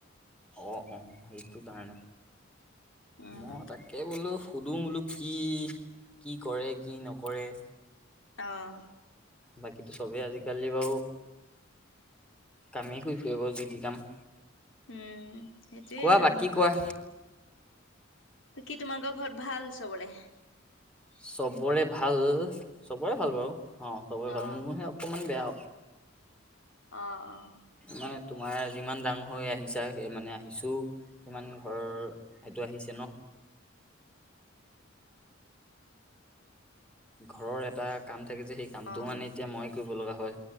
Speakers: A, in the centre; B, on the left (about 65°).
A: অ, অ সেইটো কাৰণে
B: উম
A: মই তাকে বোলো শুধু বোলো কি কি কৰে কি নকৰে।
B: অঁ।
A: বাকীটো চবেই আজিকালি বাৰু! কামেই কৰি ফুৰি বাও যি তি কাম।
B: উম। সেইটোয়ে
A: কোৱা
B: আৰু
A: বাকী কোৱা?
B: বাকী তোমালোকৰ ঘৰত ভাল চবৰে?
A: চবৰে ভাল চবৰে ভাল বাৰু অ'
B: অ',
A: চবৰে ভাল মোৰহে অকমান বেয়া।
B: অঁ অঁ।
A: মানে তোমাৰ যিমান ডাঙৰ হৈ আহিছা, সেই মানে আহিছো কিমান ঘৰ সেইটো আহিছে ন। ঘৰৰ এটা কাম থাকে যে সেই কামটো
B: অ',
A: মানে এতিয়া মই কৰিব লগা হয়,